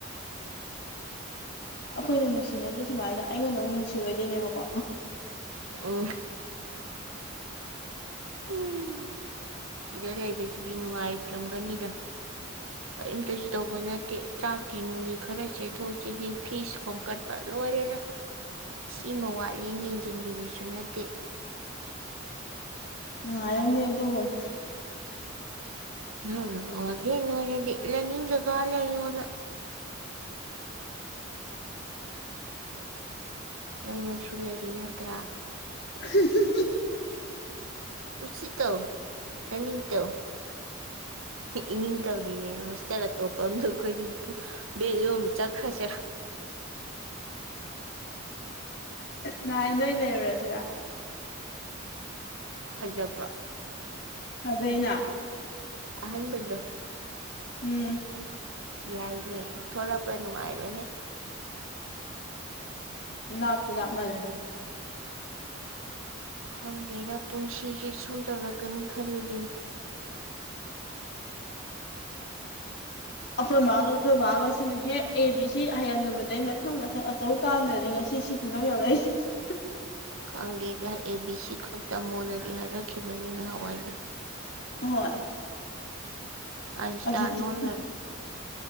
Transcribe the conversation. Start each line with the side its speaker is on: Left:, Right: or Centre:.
Left: ꯑꯩꯈꯣꯏꯅ ꯅꯨꯡꯁꯤꯅꯗꯦ ꯁꯨꯃꯥꯏꯅ ꯑꯩꯉꯣꯟꯗꯥ ꯑꯃꯨꯛ ꯅꯨꯡꯁꯤꯔꯣꯏꯗꯣꯏꯅꯦꯕꯀꯣ
Right: ꯑꯣ ꯎꯝ ꯁꯤꯗ ꯂꯩꯕꯁꯤꯗꯤ ꯅꯨꯡꯉꯥꯏꯔꯝꯒꯥꯅꯤꯗꯥ ꯀꯔꯤꯝꯇꯁꯨ ꯇꯧꯕ ꯅꯠꯇꯦ ꯆꯥꯛꯀꯤ ꯅꯨꯡꯒꯤ ꯈꯔ ꯆꯦꯟꯊꯧ ꯆꯦꯁꯤꯟ ꯐꯤꯁ ꯈꯣꯝꯀꯠ ꯂꯣꯏꯔꯦꯗꯥ ꯁꯤꯃ ꯋꯥꯠꯂꯦꯅ ꯌꯦꯡꯁꯤꯟꯕꯤꯕꯁꯨ ꯅꯠꯇꯦ
Left: ꯅꯨꯡꯉꯥꯏꯔꯝꯅꯤ ꯑꯗꯨ ꯍꯣꯏ
Right: ꯅꯪꯅꯒꯥ ꯋꯥꯔꯗꯦꯟ ꯑꯣꯏꯔꯗꯤ ꯂꯩꯅꯤꯡ ꯖꯥꯒꯥ ꯂꯩꯌꯣꯅ ꯅꯪꯃꯛꯁꯨ ꯂꯩꯔꯤ ꯅꯠꯇ꯭ꯔꯥ
Left: <unintelligible>
Right: ꯀꯨꯁꯤ ꯇꯧ ꯅꯅꯤꯡ ꯇꯧ ꯏꯅꯤꯡ ꯇꯩꯔꯤꯅꯦ ꯍ‌ꯣꯁꯇ‌ꯦꯜ ꯑꯇꯣꯞ <unintelligible> ꯕꯦꯛ ꯌꯣꯝ ꯆꯠꯈ꯭ꯔꯥꯁꯦꯔ
Left: ꯅꯥꯏ ꯅꯣꯏ ꯂꯩꯔꯨꯔꯖꯤꯔ
Right: ꯐꯖꯕ꯭ꯔꯣ
Left: ꯐꯖꯩꯩꯅ
Right: ꯑꯍꯟꯕꯗ‌ꯣ
Left: ꯎꯝ
Right: ꯌꯥꯏꯅꯦ ꯊꯣꯂꯛꯄ ꯅꯨꯡꯉꯥꯏꯔꯣꯏꯍꯦ
Left: ꯂꯥꯞꯇꯤ ꯂꯥꯞꯃꯜꯂꯦ
Right: ꯈꯪꯗꯦꯗ ꯄꯨꯟꯁꯤꯁꯦ ꯁꯨꯝ ꯇꯧꯔꯛꯀꯅꯤ ꯈꯜꯂꯨꯗꯦ
Left: ꯑꯩꯈꯣꯏ ꯃꯥꯒ ꯑꯩꯈꯣꯏ ꯕꯥꯒ ꯁꯤꯅ ꯌꯦꯛ__ ꯑꯦ ꯕꯤ ꯁꯤ ꯍꯩꯍꯜꯂꯨꯕꯗꯩ ꯃꯊꯪ ꯃꯊꯪ ꯑꯆꯧ ꯇꯥꯟꯕꯗꯗꯤ ꯉꯁꯤ ꯁꯤ ꯄꯤꯕꯝ ꯌꯧꯔꯛꯏꯁꯦ__ <unintelligible>
Right: ꯈꯪꯒꯦꯗ ꯑꯦ ꯕꯤ ꯁꯤ ꯈꯛ ꯇꯝꯃꯣꯅꯗꯤ ꯍꯥꯏꯔꯛꯈꯤꯕꯅꯤ ꯅꯍꯥꯟꯋꯥꯏꯗꯤ
Left: ꯍꯣꯏ
Right: ꯑꯥꯏꯟꯁꯇꯥꯏꯟ
Left: ꯑꯗꯨꯇꯤ__
Right: ꯑꯣꯟꯗꯣꯔꯦ
Left: <unintelligible>